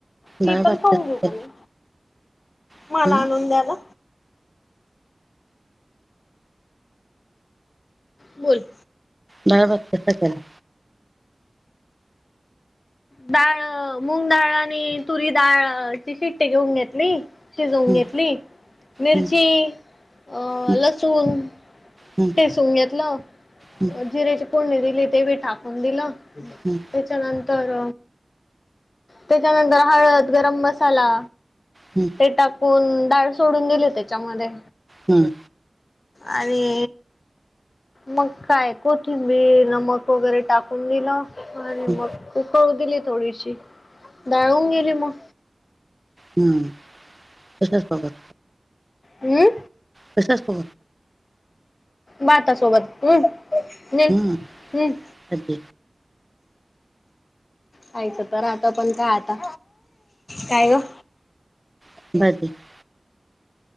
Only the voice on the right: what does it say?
डाळ
भात
कसा
केला
हं?
बाळ बघत सध्याला.
हं,
हं,
हं,
हं,
हं,
हम्.
हं,
हम्
हं,
हम्म तसच बघत.
तसच <unintelligible>
हं,
भाजी
<unintelligible>